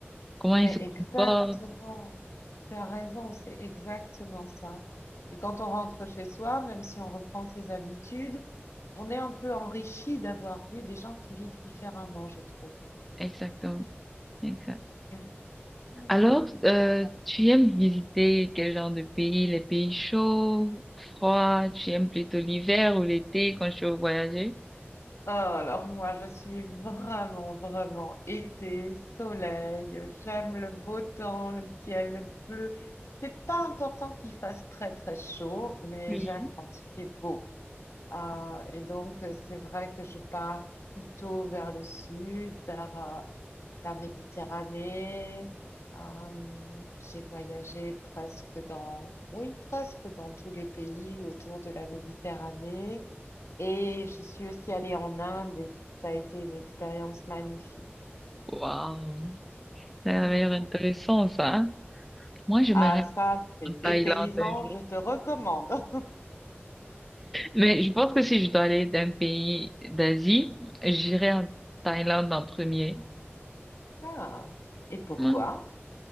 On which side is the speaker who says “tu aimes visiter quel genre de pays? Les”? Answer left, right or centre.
Centre